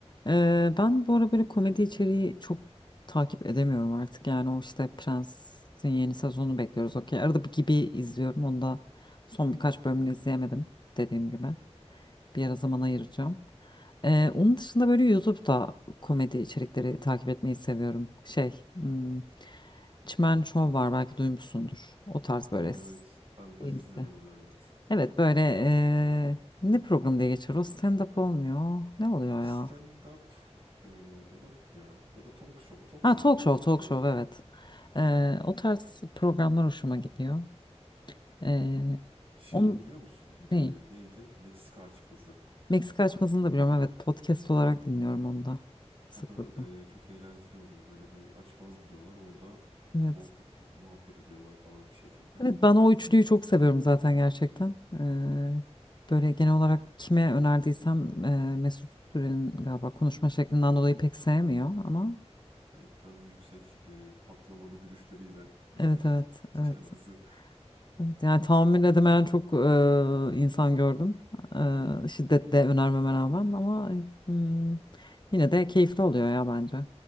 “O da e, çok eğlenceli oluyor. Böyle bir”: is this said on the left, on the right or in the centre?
Right